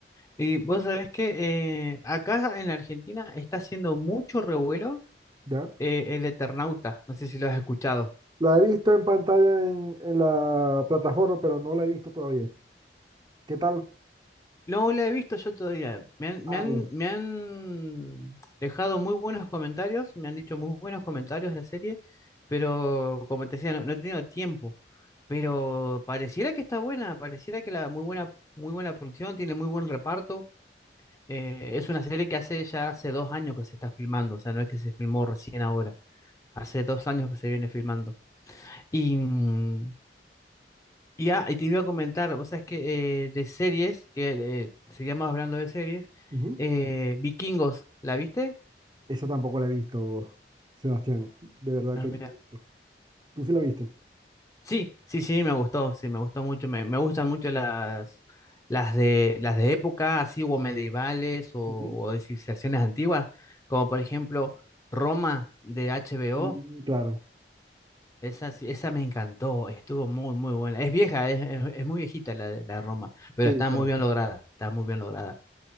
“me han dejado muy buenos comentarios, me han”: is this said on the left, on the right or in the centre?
Left